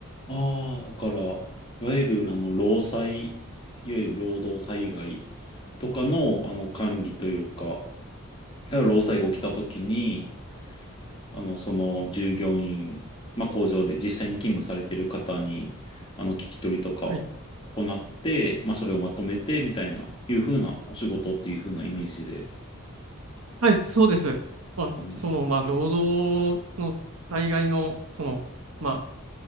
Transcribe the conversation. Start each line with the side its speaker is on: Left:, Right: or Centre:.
Left: ああ、だから、いわゆる、あの、労災、いわゆる労働災害とかの、あの、管理というか、だから労災が起きたときに、あの、その従業員、まあ、工場で実際に勤務されてる方に、あの、聞き取りとかを
Right: はい。
Left: 行って、まあ、それをまとめて、みたいな、いうふうなお仕事っていうふうなイメージで、
Right: はい、そうです。まあ、
Left: あね。
Right: その、まあ、労働の災害の、その、まあ、